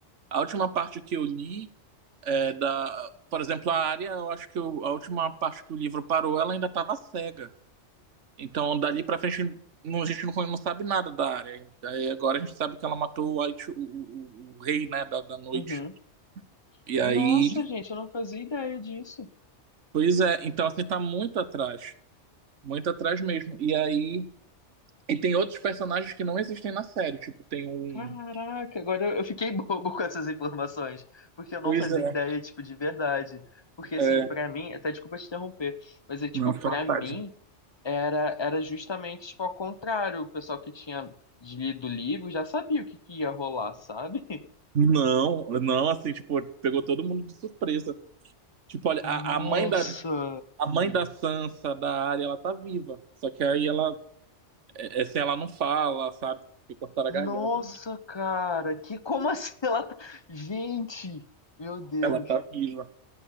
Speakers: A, on the right (about 85°); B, on the left (about 25°).
A: a última parte que eu li é da... Por exemplo, a área, eu acho que o- a última parte que o livro parou, ela ainda tava cega. Então, dali pra frente, não- a gente não, não sabe nada da área. Aí agora a gente sabe que ela matou o, White- o, o- o rei, né, da, da noite.
B: Uhum.
A: E
B: Nossa,
A: aí,
B: gente, eu não fazia ideia disso.
A: pois é, então assim, tá muito atrás. Muito atrás mesmo. E aí, e tem outros personagens que não existem na série. Tipo, tem um.
B: Caraca, agora eu eu fiquei bobo <laughs> com essas informações, porque eu não
A: Pois
B: fazia
A: é,
B: ideia, tipo, de verdade. Porque, assim,
A: é.
B: pra mim, até desculpa te interromper, mas é tipo,
A: Não, só
B: pra
A: tarde.
B: mim. Era, era justamente, tipo, ao contrário. O pessoal que tinha lido o livro já sabia o que que ia rolar, sabe? <laughs>
A: Não, não, assim, tipo, pegou todo mundo de surpresa. Tipo, olha, a,
B: Nossa!
A: a mãe da, a mãe da Sansa, da Arya, ela tá viva. Só que aí ela, é, é, assim, ela não fala, sabe? Porque cortaram
B: Nossa,
A: a garganta.
B: cara! Que como assim <laughs> ela tá... Gente, meu Deus.
A: Ela tá viva.